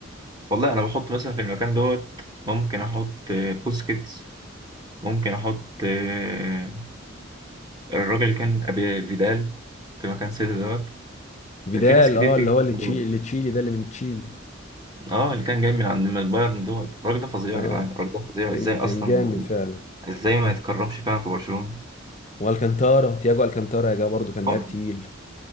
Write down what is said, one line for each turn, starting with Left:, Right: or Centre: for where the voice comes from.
Right: والله انا بحط مثلا في المكان دوت ممكن احط آه، بوسكيتس ممكن احط آه، الراجل اللي كان ابي فيدال في مكان سيتي دوت
Left: فيدال
Right: في ناس كتير
Left: اه
Right: تيجي
Left: اللي
Right: في
Left: هو اللي
Right: المكان
Left: تشي-
Right: دوت.
Left: اللي تشيلي ده اللي من تشيلي
Right: اه اللي كان جاي من عند من البايرن دوت الراجل ده فظيع
Left: اه
Right: يا جدعان الراجل ده فظيع
Left: كان
Right: ازاي اصلا
Left: كان جامد
Right: يعني
Left: فعلا
Right: ازاي ما يتكرمش فعلا في برشلونه
Left: والكانتارا تياجو الكانتارا يا جماعه برضه كان
Right: اه
Left: لاعب تقيل